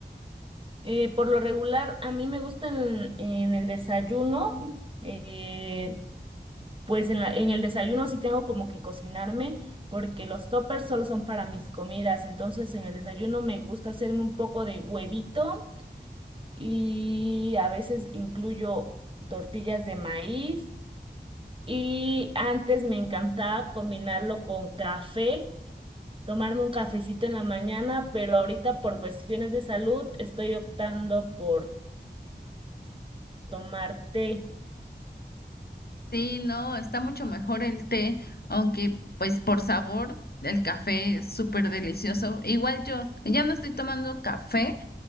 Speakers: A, on the right; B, on the left.
A: Eh, por lo regular, a mí me gustan en el desayuno, eh, pues en la- en el desayuno sí tengo como que cocinarme porque los toppers solo son para mis comidas, entonces en el desayuno me gusta hacerme un poco de huevito y a veces incluyo tortillas de maíz Y antes me encantaba combinarlo con café, tomarme un cafecito en la mañana, pero ahorita por cuestiones de salud estoy optando por tomar té.
B: Sí, no, está mucho mejor el té, aunque pues por sabor el café es súper delicioso. Igual yo ya no estoy tomando café,